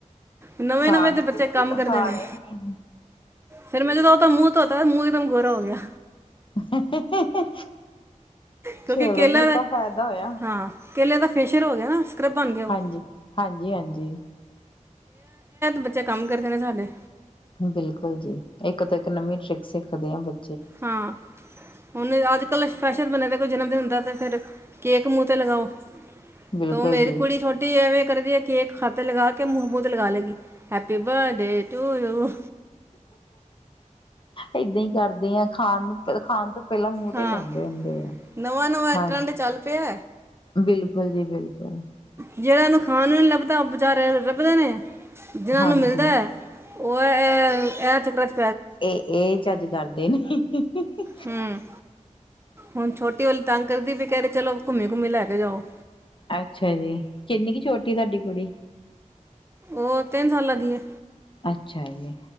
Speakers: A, on the right; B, on the left.
A: ਨਵੇਂ
B: ਖਾਣ
A: ਨਵੇਂ ਤੇ ਬੱਚੇ
B: ਪੀਨ,
A: ਕੰਮ ਕਰਦੇ
B: ਖਾਣੇ
A: ਨੇ
B: ਕੀ
A: ਫਿਰ ਮੈਂ ਜਦੋਂ ਹਉਦਾ ਮੁੂੰਹ ਧੋਤਾ, ਮੁੂੰਹ ਇੱਕਦਮ ਗੋਰਾ ਹੋ ਗਿਆ।
B: ਹਾਹਾਹਾਹਾ!
A: ਕਿਉਂਕਿ
B: ਚਲੋ,
A: ਕੇਲਾ
B: ਕੁੱਛ
A: ਦਾ
B: ਤਾ ਫਾਇਦਾ ਹੋਇਆ।
A: ਹਾਂ ਕੇਲੇ ਦਾ ਫੇਸ਼ਅਰ ਹੋ ਗਿਆ ਨਾ। ਸਕ੍ਰਬ ਬਣ ਗਿਆ ਉਹ
B: ਹਾਂਜੀ, ਹਾਂਜੀ ਹਾਂਜੀ
A: ਬੱਚਾ ਕੰਮ ਕਰਦੇ ਨੇ ਸਾਡੇ।
B: ਬਿਲਕੁਲ ਜੀ, ਇੱਕ ਤੋਂ ਇੱਕ ਨਵੀਂਆ ਟ੍ਰਿਕ ਸਿੱਖਦੇ ਆ ਬੱ
A: ਹਾਂ ਉਹਨੇ ਅੱਜ ਕੱਲ ਫੈਸ਼ਨ ਬਣੇ ਦਾ ਕੋਈ ਜਨਮ ਦਿਨ ਹੁੰਦਾ ਤਾਂ ਫਿਰ ਕੇਕ ਮੂੰਹ ਤੇ ਲਗਾਓ।
B: ਬਿਲਕੁਲ
A: ਤੇ ਉਹ ਮੇਰੀ
B: ਜੀ
A: ਕੁੜੀ ਛੋਟੀ ਐਵੇਂ ਕਰਦੀ ਆ। ਕੇਕ ਹੱਥ ਤੇ ਲਗਾ ਕਿ ਮੂੰਹ ਤੇ ਲਗਾ ਲੈਂਗੀ। Happy birthday to you.
B: ਏਦਾਂ ਹੀ ਕਰਦੇ ਹਾਂ। ਖਾਣ ਨੂੰ ਤੇ ਖਾਣ ਤੋਂ ਪਹਿਲਾਂ ਮੂੰਹ ਤੇ
A: ਹਾਂ
B: ਲਾਉਂਦੇ ਹੁੰਦੇ ਆ।
A: ਨਵਾਂ ਨਵਾਂ
B: ਹਾਂ,
A: ਟਰੈਂਡ ਚੱਲ ਪਿਆ
B: ਬਿਲਕੁਲ ਜੀ ਬਿਲਕੁਲ।
A: ਜਿਹੜਿਆਂ ਉਹਨੂੰ ਖਾਣ ਨੂੰ ਨੀ ਲੱਭਦਾ, ਉਹ ਬੇਚਾਰੇ ਲੱਭਦੇ ਨੇ ਜਿਨਾਂ
B: ਹਾਂਜੀ
A: ਨੂੰ ਮਿਲਦਾ ਹੈ। ਉਹ ਇਹਹਹ ਇਹ ਚੱਕਰਾ ਵਿੱਚ
B: ਇਹ, ਇਹ ਚੱਜ ਕਰ ਤੇ ਨੀ, ਹੀਹੀਹੀਹੀਹੀ।
A: ਹੂੰ ਹੁਣ ਛੋਟੀ ਵਾਲੀ ਤੰਗ ਕਰਦੀ ਵੀ ਕਹਿ ਰਹੇ ਚਲੋ। ਘੁੰਮੀੇ-ਘੁੰਮੀੇ ਲੈ ਕੇ ਜਾਓ।
B: ਅੱਛਾ ਜੀ। ਕਿੰਨੀ ਕੁ ਛੋਟੀ ਤੁਹਾਡੀ ਕੁੜੀ?
A: ਉਹ ਤਿੰਨ ਸਾਲਾਂ ਦੀ ਹੈ।
B: ਅੱਛਾ ਜੀ।